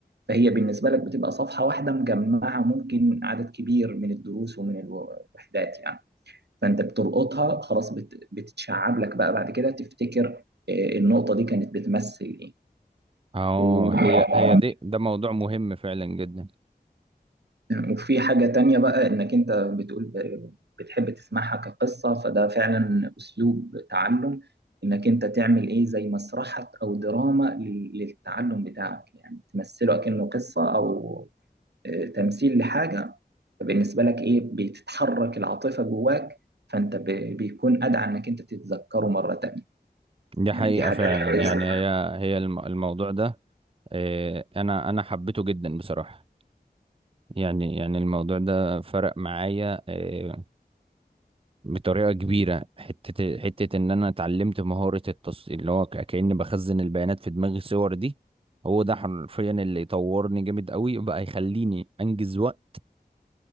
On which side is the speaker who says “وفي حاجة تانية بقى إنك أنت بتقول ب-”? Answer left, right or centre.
Right